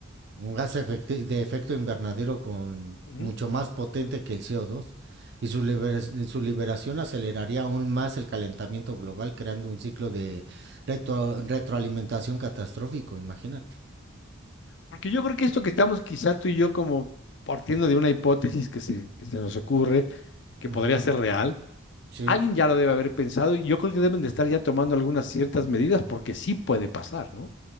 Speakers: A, on the right (about 55°); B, on the left (about 60°).
A: un gas efecti- de efecto invernadero con
B: Ujú.
A: mucho más potente que el CO2. Y su, libera- su liberación aceleraría aún más el calentamiento global, creando un ciclo de retro- retroalimentación catastrófico, imagínate.
B: Porque yo creo que esto que estamos quizá tú y yo como partiendo de una hipótesis que se, que se nos ocurre, que
A: Ujú,
B: podría ser real,
A: Sí.
B: alguien ya lo debe haber pensado y yo creo que deben de estar ya tomando algunas ciertas medidas porque sí puede pasar, ¿no?